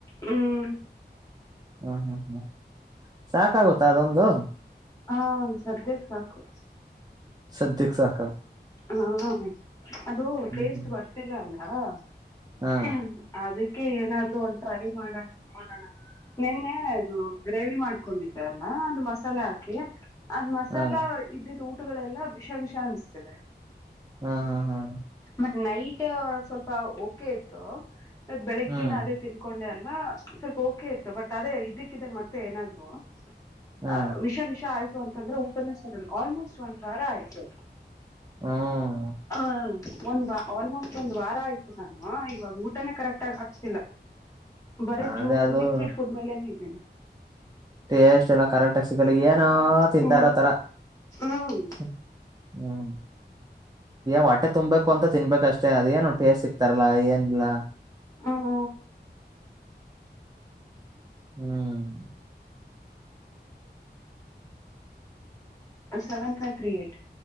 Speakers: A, on the left; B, on the right.
A: ಹ್ಮ್
B: ಹ್ಮ ಹ್ಮ ಹ್ಮ. ಸಾಕಾಗುತ್ತಾ ಅದೊಂದ್ ದ್ದೂ
A: ಹಾ ಸದ್ಯಕ್ ಸಾಕು.
B: ಸದ್ಯಕ್ಕ್ ಸಾಕ.
A: ಹಾ <unintelligible> ಅದು ಟೇಸ್ಟ್
B: ಹ್ಮ್
A: ಬರ್ತಿಲ್ಲ ಅಲ್ಲ. ಹಾ.
B: ಹಾ
A: <unintelligible> ಆದ್ ಕ್ಕೆ ಏನಾದ್ರು ಒಂದ್ ಟ್ರೈ ಮಾಡಣ ನೋಡಣ, ನಿನ್ನೆ ಇದು ಗ್ರೇವಿ ಮಾಡ್ಕೊಂಡಿದ್ದೆ ಅಲ್ಲ ಅದು ಮಸಾಲೆ ಹಾಕಿ ಅದ್ ಮಸಾಲ
B: ಹಾ
A: ಇದಿದ್ ಗಳೆಲ್ಲಾ ವಿಷ ವಿಷ ಅನ್ಸ್ತಿದೆ
B: ಹ್ಮ್ ಹ್ಮ ಹ್ಮ್
A: ಮತ್ ನೈಟ್ ಸ್ವಲ್ಪ ಓಕೆ ಇತ್ತು ಅದ್ ಬೆಳಗ್ಗೆನ
B: ಹ್ಮ್
A: ಅದೇ ತಿನ್ಕೊಂಡ್ವಿ ಸ್ವಲ್ಪ ಓಕೆ ಇತ್ತು ಬಟ್ ಅದೇ ಇದಕ್ಕಿದ್ದ ಮತ್ತೆ ಏನಾದ್ರು
B: ಹಾ
A: ಆ ವಿಷ ವಿಷ ಆಯ್ ಅಂತಂದ್ರೆ ಊಟನ ಸರಲ್ ಆಲ್ಮೋಸ್ಟ್ ಒಂದ್ ವಾರ ಆಯ್ತು
B: ಹ್ಮ್
A: ಆ ಒಂದ್ ಬಾ ಆಲ್ಮೋಸ್ಟ್ ಒಂದ್ ವಾರ ಆಯ್ತು ನಾನು ಇವಾಗ ಊಟನೇ ಕರೆಕ್ಟ್ ಆಗ ಆಕ್ತಿಲ್ಲ ಬರೇ
B: ಅದೇ
A: ಜ್ಯೂಸ್
B: ಅದು
A: ಲಿಕ್ವಿಡ್ ಫುಡ್ ಮೇಲೆನೆೇ ಇದ್ದೇನೆ
B: ಟೇಸ್ಟ್ ಎಲ್ಲ ಕರೆಕ್ಟಗ ಸಿಗಲ್ಲ ಏನ ತಿಂತ
A: ಹ್ಮ
B: ಇರೋ ತರ
A: ಹ್ಮ್
B: ಹ್ಮ ಹೊಟೆ ತುಂಬಬೇಕು ಅಂತ ತಿನ್ಬೇಕಕ್ಷ್ಟೆ ಮ ಅದ ಏನು ಟೇಸ್ಟ್ ಸಿಗ್ತಾರಲ್ಲಾ ಏನಿಲ್ಲ
A: ಹ್ಮ್
B: ಹ್ಮ್
A: seven five three eight